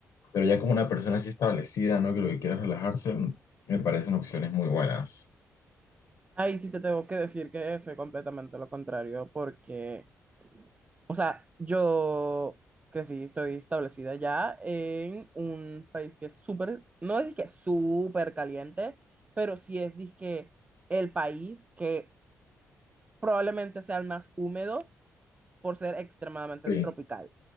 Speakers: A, on the left; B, on the right.
A: Pero ya como una persona así establecida, ¿no? Que lo que quiera es relajarse, mm, me parecen opciones muy buenas.
B: Ahí sí te tengo que decir que soy completamente lo contrario porque, o sea, yo crecí, estoy establecida ya en un país que es súper, no es que súper caliente, pero sí es disque el país que probablemente sea el más húmedo por ser extremadamente
A: Sí,
B: tropical.